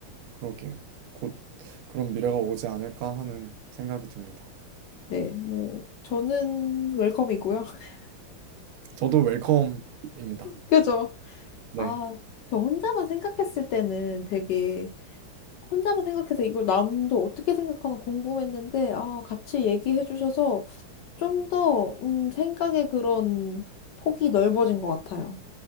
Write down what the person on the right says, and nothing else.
그러게요. 곧 그런 미래가 오지 않을까 하는 생각이 듭니다.
저도 웰컴입니다.
네.